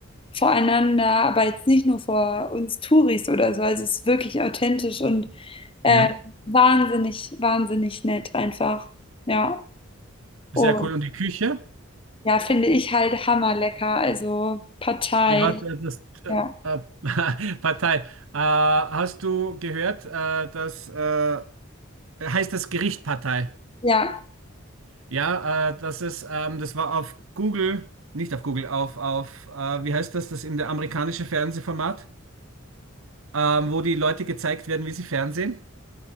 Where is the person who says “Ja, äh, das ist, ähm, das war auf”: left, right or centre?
Right